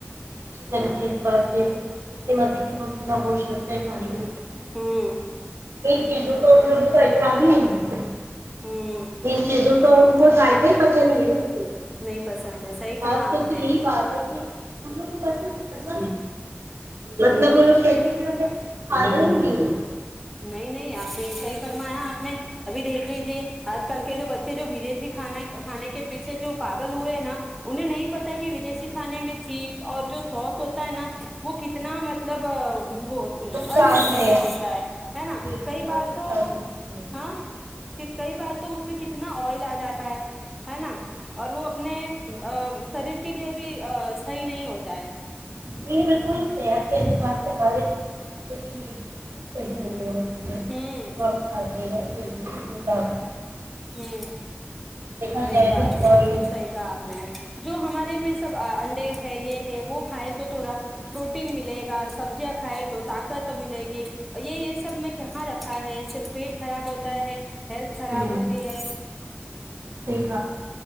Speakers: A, on the right (about 85°); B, in the centre.
A: چل کے اعتبار سے اتنے مزے کے مرغی کا گوشت لگتا ہے پانی میں
B: ہوں
A: <unintelligible> چیزوں کا ان لوگوں کا احترام ہی نہیں ہو
B: ہوں
A: ان چیزوں کا ان کو ذائقہ ہی پتا نہیں ہے نا اس سے
B: نہیں پسند ہے صحیح کہاں
A: آج کل
B: آپ
A: تو یہی
B: نے
A: بات ہے کہ ان لوگوں پسند مطلب
B: ہوں
A: وہ لوگ کہتے کہ انیں ہ <unintelligible>
B: نہیں نہیں آپ نے صحی فرمایا آپ نے ابھی دیکھ لیجے آج کل کے جو بچے جو ودیشی کھانا کھانے کے پیچھے جو پاگل ہوئے نا انہیں نہیں پتا کہ ودی کھانے میں چیز اور جو سوس ہوتا ہے نا وہ کتنا مطلب وہ انہلدی
A: نقصان دہ
B: سا ہوتا ہے ہے نا
A: بالکل
B: کئی
A: بہت
B: بار
A: نقصان
B: تو
A: دہ چیزیں
B: ہاں کئی بار تو اس میں کتنا آئل آ جاتا ہے ہے نا اور وہ اپنے
A: جی جی
B: شریر کے لیے بھی صحیح نہیں ہوتا ہے
A: نہیں بلکل سے آپ کیا بات سوالے جسم کے لیے بھی بالکل صحیح نہیں ہے مھے
B: ہوں
A: وقت کھاتے ہیں بالکل سے کافی
B: ہوں
A: دیکھا
B: وہی
A: جائے
B: بات
A: تو
B: ہے
A: نالج
B: بالکل صحیح کہ
A: جی
B: آپ نے جو ہمارے
A: بالکل
B: میں سب انڈے ہے یہ ہے وہ کھائے تو تھوڑا پروٹین ملے گا سبزیاں کھائے تو طاقت ملے گی یہ یہ سب میں کہاں رکھا ہے اس سے پیٹ خراب
A: بالکل
B: ہوتا
A: نہیں
B: ہے ہیلتھ
A: کچھ
B: خراب
A: بھی
B: ہوتی ہے
A: ہفی